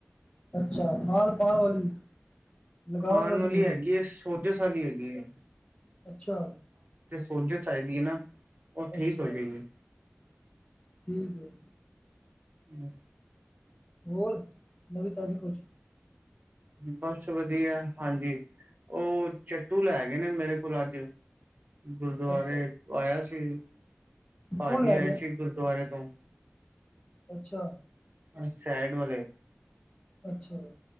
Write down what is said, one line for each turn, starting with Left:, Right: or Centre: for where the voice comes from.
Left: ਅੱਛਾ ਖਾਣ ਪਾਣ ਵਾਲੀ। ਲਗਾਉਣ
Right: ਖਾਣ ਵਾਲੀ
Left: ਹੋਣੀ
Right: ਹੈਗੀ ਹੈ। ਸੋਜਸ਼ ਵਾਲੀ ਹੈਗੀ ਹੈ।
Left: ਅੱਛਾ।
Right: ਸੋਜ਼ਿਸ਼ ਹੈਗੀ ਹੈ ਨਾ, ਉਹ ਠੀਕ
Left: ਅੱਛਾ
Right: ਹੋ ਜਾਂਏਗੀ।
Left: ਠੀਕ ਹੈ
Right: ਹੂੰ,
Left: ਹੋਰ, ਨਵੀਂ ਤਾਜੀ ਕੋਈ?
Right: ਬਸ ਵਧੀਆ ਹਾਂਜੀ ਉਹ ਚੱਟੂ ਲੈ ਆਏ। ਹੈਗੇ ਨੇ ਮੇਰੇ ਕੋਲ ਅੱਜ ਗੁਰਦੁਆਰੇ
Left: ਅੱਛਾ ਜੀ,
Right: ਆਇਆ ਸੀ। ਭਾਜੀ
Left: ਕੌਣ ਲੈ
Right: ਆਏ
Left: ਗਿਆ?
Right: ਸੀ ਗੁਰਦੁਆਰੇ ਤੋਂ।
Left: ਅੱਛਾ।
Right: ਅ ਸਾਈਡ ਵਾਲੇ।
Left: ਅੱਛਾ ਜੀ।